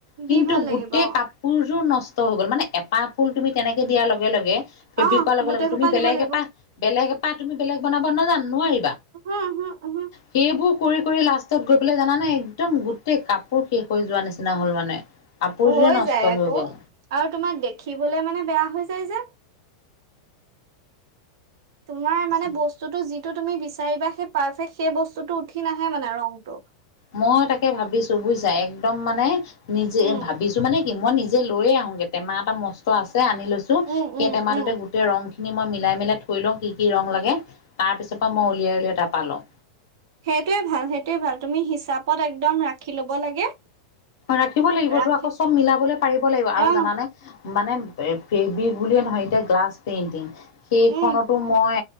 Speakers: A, on the left; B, on the right.
A: কিন্তু
B: দি ভাল লাগিব
A: গোটেই
B: অ',
A: কাপোৰযোৰ নষ্ট হৈ গ'ল মানে এপাপ ফুল তুমি তেনেকে দিয়াৰ লগে লগে ফেব্ৰিক
B: অ',
A: কঢ়া লগে
B: গোটেই
A: লগে
B: সোপা
A: তুমি বেলেগ
B: দিব লাগিব
A: এপা বেলেগ পাত তুমি বেলেগ বনাব নাজান নোৱাৰিবা।
B: হা হা উ।
A: সেইবোৰ কৰি কৰি লাষ্টত গৈ পেলাই জানানে একদম গোটেই কাপোৰ শেষ হৈ যোৱা নিচিনা হল মানে কাপোৰযোৰে
B: হৈ
A: নষ্ট
B: যায় আকৌ
A: হৈ গ'ল
B: আৰু তোমাক দেখিবলে মানে বেয়া হৈ যায় যে তোমাৰ মানে
A: আ
B: বস্তুতটো যিটো তুমি বিচাৰিবা সেই পাৰফেক্ট সেই বস্তুতটো উঠি নাহে মানে ৰংটো।
A: মই তাকে ভাবিছো বুজিছা একদম মানে নিজে
B: উম,
A: ভাবিছো মানে কি মই নিজে যে লৈয় আহোগে টেমা এটা মস্ত আছে আনি লৈছো
B: উম,
A: সেই
B: উম,
A: টেমাটোতে
B: উম,
A: গোটেই ৰং খিনি মই মিলাই মিলাই থৈ লওঁ কি কি ৰং লাগে তাৰ পিছৰ পৰা মই উলিয়াই উলিয়াই তা পা লওঁ
B: সেইটোয়ে ভাল সেইটোয়ে ভাল তুমি হিচাপত একদম ৰাখি ল'ব লাগে
A: ৰাখিব লাগিবতো
B: ৰাখি
A: আকৌ চব মিলাবলৈ পাৰিব লাগিব
B: অ',
A: আৰু জানা নাই মানে ফেব্ৰিক বুলিয়ে নহয় এতিয়া গ্লাছ পেইন্টিং সেইখনতো
B: উম,
A: মই